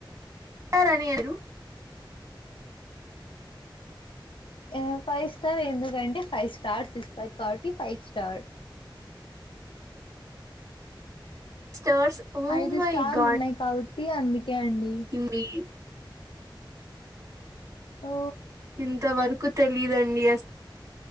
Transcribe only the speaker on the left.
ఎ ఫైవ్ స్టార్ ఎందుకంటే ఫైవ్ స్టార్స్ ఇస్తారు కాబట్టి ఫైవ్ స్టార్
ఐదు
స్టార్లు
ఉన్నాయి కాబట్టి అందుకే అండి
ఓ